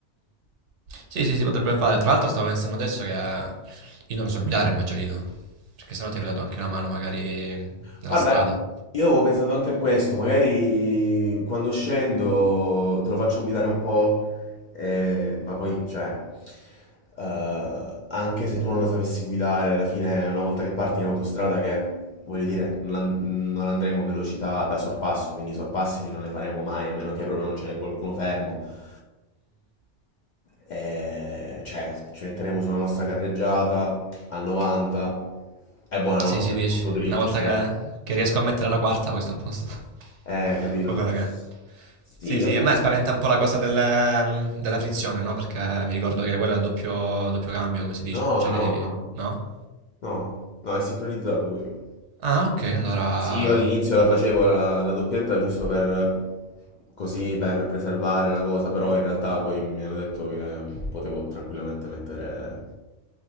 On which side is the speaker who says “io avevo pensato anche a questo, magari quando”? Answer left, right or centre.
Left